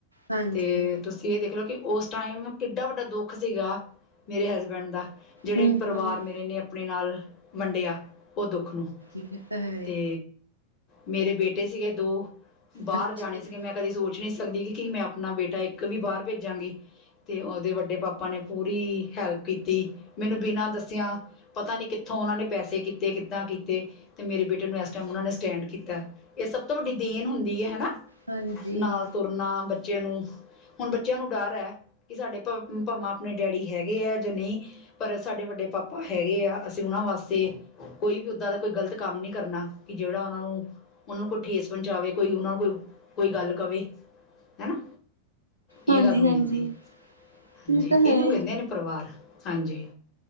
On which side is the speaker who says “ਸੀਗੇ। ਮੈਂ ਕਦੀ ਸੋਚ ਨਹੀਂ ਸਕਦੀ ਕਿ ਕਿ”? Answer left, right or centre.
Left